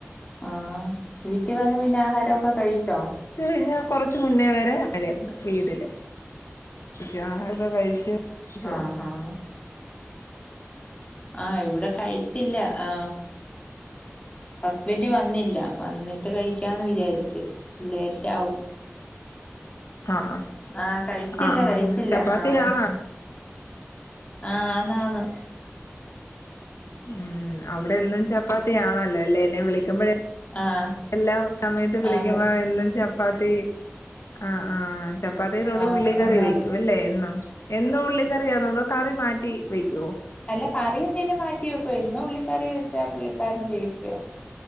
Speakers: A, on the left; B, on the left.
A: ആഹ് വീട്ടിവന്ന് പിന്നെ ആഹാരൊക്കെ കഴിച്ചോ?
B: ച്ച് കഴിഞ്ഞ് കൊറച്ച് മുന്നേ വരെ മഴയായിരുന്നു വീടില് ത്തിആഹാരൊക്കെ കഴിച്ച് ച്ചോ
A: ആഹ് ആഹ് ആ ഇവിടെ കഴിച്ചില്ല ആ ഹസ്ബൻഡ് വന്നില്ല വന്നിട്ട് കഴിക്കാന്ന് വിചാരിച്ച്. ലേറ്റാവും
B: ആഹ്
A: ആഹ കഴിച്ചില്ല
B: ആഹ് ആഹ്
A: കഴിച്ചില്ല
B: ചപ്പാത്തിയാണോ
A: ആഹ ആഹ് ആന്നാന്ന്
B: ഉം അവിടെന്നും ചപ്പാത്തിയാണല്ലെ ല്ലേ എന്നെ വിളിക്കുമ്പോഴ്
A: ആഹ്
B: എല്ലാം സമയത്ത് വിളിക്കുമ്പോ
A: ആന്ന്
B: എന്നും ചപ് പ്പാത്തി ആ ആഹ് ചപ്പാത്തിയിലൂടു
A: ആഹ്
B: ഉള്ളി കറി
A: ഒന്നാ
B: വെക്കൂല്ലേ എന്നും എന്നുള്ളി ചെറിയാന്നോതോ കറി മാറ്റി വെക്കുവോ?
A: അല്ല കറി എന്തേനും മാറ്റി വെക്കോ ഇന്ന് ള്ളിക്കറിയ വെച്ചാ പുള്ളിക്കാരന് ദേഷ്യവാ